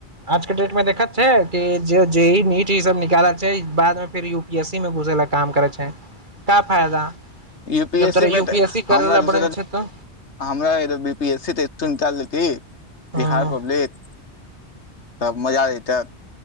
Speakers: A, on the right; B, on the left.
A: आज के डेट मे देखत छै कि जे जे ई नीट ई सब निकालल छै बादमे फेर यू पी एस सी मे घुसे लय काम करय छै का फायदा
B: यू पी
A: जब
B: एस
A: तोरा
B: सी but
A: U P S C
B: हमरा
A: करे ला
B: दस
A: बनै छै तऽ
B: हमरा बीपी एस सी तऽ निकालल की
A: हँ
B: बिहार पब्लिक तब मजा अयतय